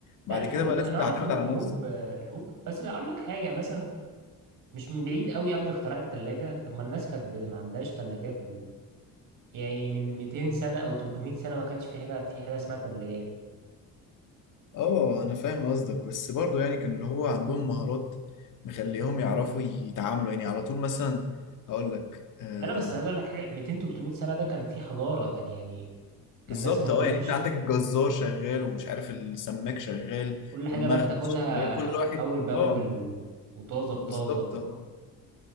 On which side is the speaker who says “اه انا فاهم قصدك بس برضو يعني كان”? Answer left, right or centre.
Left